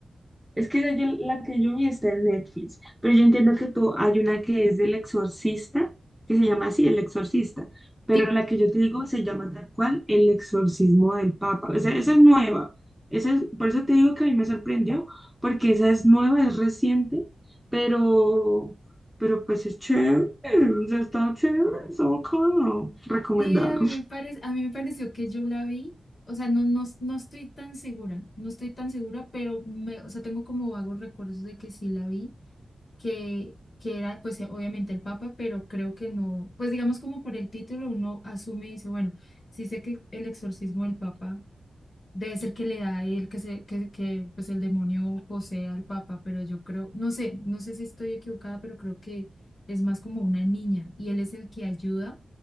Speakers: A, in the centre; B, on the left (about 35°).
A: Es que yo- la que yo vi está en Netflix, pero yo entiendo que tú, hay una que es del exorcista, que se llama así, El Exorcista, pero
B: Sí,
A: la que yo te digo se llama tal cual El Exorcismo del Papa. O sea, esa es nueva. Esa es, por eso te digo que a mí me sorprendió, porque esa es nueva, es reciente, pero, pero pues es chévere, o sea, está chévere, está bacano, recomendado.
B: sí, a mí me parece, a mí me pareció que yo la vi, o sea, no, no, no estoy tan segura, no estoy tan segura, pero me, o sea, tengo como vagos recuerdos de que sí la vi, que, que era pues obviamente el Papa, pero creo que no, pues digamos como por el título uno asume y dice, bueno, sí sé que el exorcismo del Papa Debe ser que le da a él que se, que, que pues el demonio posee al papa, pero yo creo, no sé, no sé si estoy equivocada, pero creo que es más como una niña y él es el que ayuda